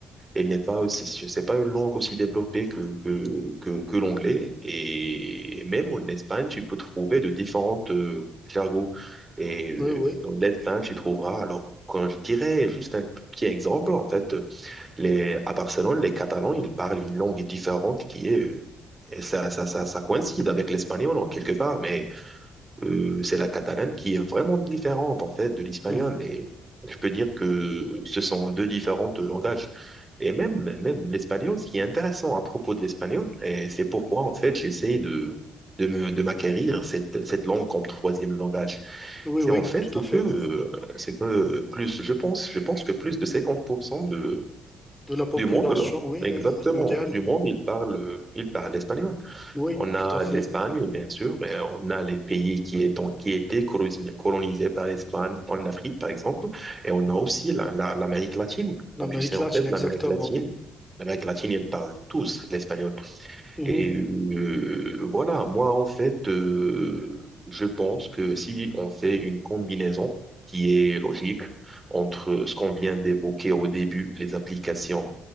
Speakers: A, on the right (about 25°); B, in the centre.
A: elle n'est pas aussi, c'est pas une langue aussi développée que, que, que, que l'anglais. Et même en Espagne, tu peux trouver de différentes euh, jargons. Et euh,
B: Oui, oui,
A: dans l'Espagne, tu trouveras, alors, quand je dirais juste un petit exemple, en fait, les, à Barcelone, les Catalans, ils parlent une langue différente qui est, euh, et ça, ça, ça, ça coïncide avec l'espagnol en quelque part, mais euh, c'est la catalane qui est vraiment différente en fait de l'espagnol.
B: euh,
A: Et je peux dire que ce sont deux différents de langages. Et même, même l'espagnol, ce qui est intéressant à propos de l'espagnol, et c'est pourquoi en fait j'essaie de de me, de m'acquérir cette, cette langue comme troisième langage.
B: oui,
A: C'est
B: oui,
A: en fait
B: tout
A: c'est
B: à fait.
A: que euh, c'est que plus je pense je pense que plus de 50% de
B: De la population,
A: du monde là
B: oui,
A: exactement
B: oui, mondiale,
A: du monde il parle il parle l'espagnol.
B: oui,
A: On
B: tout
A: a
B: à fait.
A: l'Espagne, bien sûr, et on a les pays qui, étant, qui étaient colonisés colonisés par l'Espagne en Afrique, par exemple, et on a aussi la- la- l'Amérique latine.
B: L'Amérique
A: Comme tu sais, en
B: latine,
A: fait,
B: exactement.
A: l'Amérique latine, l'Amérique latine, ils parlent tous l'espagnol.
B: Mhm.
A: Et euh, voilà, moi, en fait, euh, je pense que si on fait une combinaison qui est logique entre ce qu'on vient d'évoquer au début, les applications,